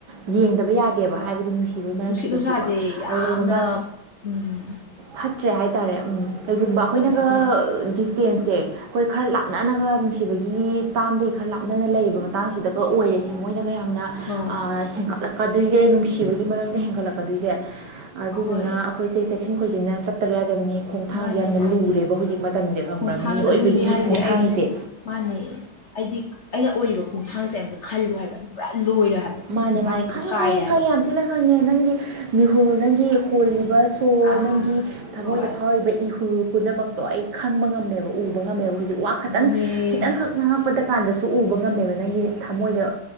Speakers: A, on the right; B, on the left.
A: ꯌꯦꯡ ꯍꯥꯏ
B: ꯍꯣꯏ
A: ꯅꯨꯡ ꯃꯔ
B: ꯅꯨꯡꯁꯤꯠ
A: ꯑ
B: ꯅꯨꯡꯁꯥꯁꯦ ꯌꯥꯝꯅ
A: ꯀꯩꯒꯨꯝꯕ
B: ꯎꯝ
A: ꯐꯠꯇ꯭ꯔꯦ ꯍꯥꯏꯇꯥꯔꯦ ꯎꯝ ꯀꯩꯒꯨꯝꯕ ꯑꯩꯈꯣꯏꯅꯒ
B: ꯍꯣꯏ ꯑꯗꯨꯅ
A: ꯗꯤꯁꯇꯦꯟꯁꯁꯦ ꯑꯩꯈꯣꯏ ꯈꯔ ꯂꯥꯞꯅꯅꯒ ꯅꯨꯡꯁꯤꯕꯒꯤ ꯇꯥꯝꯗꯒꯤ ꯈꯔ ꯂꯥꯞꯅꯅ ꯂꯩꯔꯤꯕꯔꯕ ꯃꯇꯥꯡꯁꯤꯗꯒ ꯑꯣꯏꯔꯦꯁꯦ ꯃꯣꯏꯅ ꯌꯥꯝꯅ
B: ꯍꯣꯏ
A: ꯍꯦꯟꯒꯠꯂꯛꯀꯗꯣꯏꯁꯦ ꯅꯨꯡꯁꯤꯕꯒꯤ ꯃꯔꯝꯗ ꯍꯒꯠ ꯍꯦꯟꯒꯠꯂꯛꯀꯗꯣꯏꯁꯦ ꯑꯗꯨꯗꯨꯅ
B: ꯍꯣꯏ
A: ꯑꯩꯈꯣꯏꯁꯦ ꯆꯦꯛꯁꯤꯟ ꯈꯣꯏꯁꯤꯟꯅ ꯆꯠꯇꯕ ꯌꯥꯗꯕꯅꯤ ꯈꯣꯡꯊꯥꯡꯁꯦ
B: ꯃꯥꯅꯦ
A: ꯌꯥꯝꯅ
B: ꯃꯥꯅꯦ
A: ꯂꯨꯔꯦꯕ ꯍꯧꯖꯤꯛ ꯃꯇꯝꯁꯦ ꯈꯪꯕ꯭ꯔꯥ
B: ꯈꯣꯡꯊꯥꯡ
A: ꯃꯤꯑꯣꯏꯕꯒꯤ
B: ꯑꯗꯨꯅꯤ ꯍꯥꯏꯁꯦ
A: ꯈꯣꯡꯊꯥꯡꯁꯦ
B: ꯑꯩ ꯃꯥꯅꯦ ꯑꯩꯗꯤ ꯑꯩꯅ ꯑꯣꯏꯔꯤꯕ ꯈꯣꯡꯊꯥꯡꯁꯦ ꯑꯝꯇ ꯈꯜꯂꯨ ꯍꯥꯏꯕ ꯑꯗꯨ ꯄꯨꯔꯥ ꯂꯣꯏꯔꯦ ꯍꯥꯏꯕ
A: ꯃꯥꯅꯦ ꯃꯥꯅꯦ ꯈꯪꯉꯤ
B: ꯀꯥꯏꯔꯦ
A: ꯈꯪꯉꯤ
B: ꯍꯥꯏꯕ
A: ꯈꯪꯉꯤ ꯌꯥꯝ ꯊꯤꯅ ꯈꯪꯉꯦ ꯅꯪꯒꯤ ꯃꯤꯍꯨꯜ ꯅꯪꯒꯤ ꯍꯣꯜꯂꯤꯕ ꯁꯣꯔ
B: ꯑꯥ
A: ꯅꯪꯒꯤ ꯊꯃꯣꯏꯗ
B: ꯍꯣꯏ
A: ꯐꯥꯎꯏꯕ ꯏꯍꯨꯜ ꯄꯨꯝꯅꯃꯛꯇꯣ ꯑꯩ ꯈꯪꯕ ꯉꯝꯃꯦꯕ ꯎꯕ ꯉꯝꯃꯦꯕ ꯍꯧꯖꯤꯛ ꯋꯥ ꯈꯛꯇꯪ
B: ꯑꯗꯨꯅꯦ
A: ꯈꯤꯇꯪ ꯈꯛ ꯉꯥꯡꯉꯛꯄꯗ ꯀꯥꯟꯗꯁꯨ ꯎꯕ ꯉꯝꯃꯦꯕ ꯅꯪꯒꯤ ꯊꯃꯣꯏꯗ